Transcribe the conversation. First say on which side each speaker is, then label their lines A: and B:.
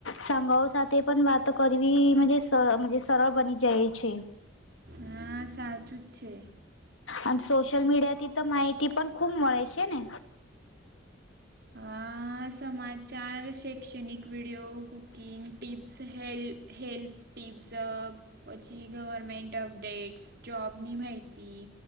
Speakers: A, on the left; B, on the right.
A: સાંગાઓ સાથે પણ વાત તો કરવી મજે સર મજે સરળ બની જાય છે.
B: હા સાચું જ છે.
A: અને સોશિયલ મીડિયા થી તો માહિતી પણ ખુબ મળે છે ને.
B: હા. સમાચાર, શૈક્ષણિક video, cooking tips, help health tips અહ પછી ગવર્મેન્ટ અપડેટ્સ, જોબની માહિતી